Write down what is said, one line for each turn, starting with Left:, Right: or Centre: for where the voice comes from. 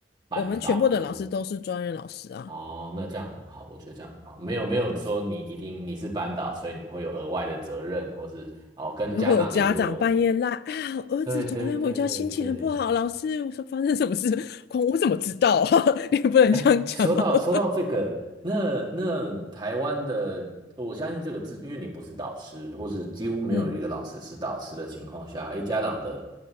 Right: 班导或是
Left: 我们全部的老师都是专业老师啊。
Right: 哦，那这样很好，我觉得这样很好，没有没有说你一定你是班导，所以你会有额外的责任，或是哦跟家长联络。
Left: 然后有家长半夜赖啊，我儿子昨天回家心情很不好，
Right: 对对对对对，
Left: 老师，我说发生什么事？我我怎么知道啊？<laughs> 你不能这样讲啊。
Right: 哎，说到说到这个，
Left: <laughs>
Right: 那那台湾的，我相信这个字，因为你不是导师，或是几乎没有一个老师是导师的情况下，
Left: 嗯，
Right: 哎，家长的